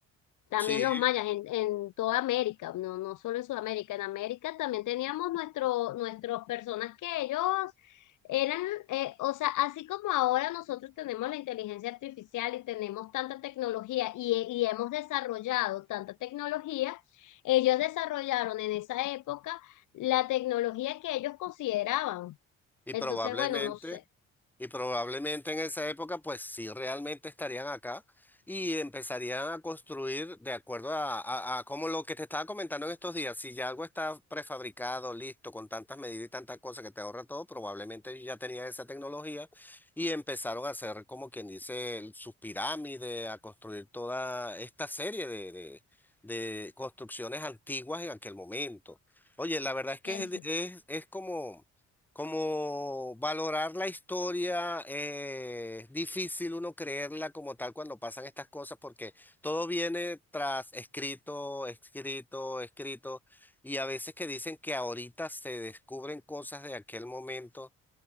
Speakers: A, on the left; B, in the centre.
A: También
B: Sí,
A: los mayas en, en toda América, no, no solo en Sudamérica, en América también teníamos nuestro, nuestros personas que ellos eran, eh, o sea, así como ahora nosotros tenemos la inteligencia artificial y tenemos tanta tecnología y, y hemos desarrollado tanta tecnología, ellos desarrollaron en esa época la tecnología que ellos consideraban.
B: Y
A: Entonces,
B: probablemente,
A: bueno, no sé,
B: y probablemente en esa época, pues sí realmente estarían acá y empezarían a construir de acuerdo a, a- a como lo que te estaba comentando en estos días. Si ya algo está prefabricado, listo, con tantas medidas y tantas cosas que te ahorra todo, probablemente ellos ya tenían esa tecnología y empezaron a hacer, como quien dice, el- sus pirámides, a construir toda esta serie de, de de construcciones antiguas en aquel momento. Oye, la verdad es que
A: eso.
B: es, es, es como... Como valorar la historia, eh, es difícil uno creerla como tal cuando pasan estas cosas porque todo viene tras escrito, escrito, escrito y a veces que dicen que ahorita se descubren cosas de aquel momento.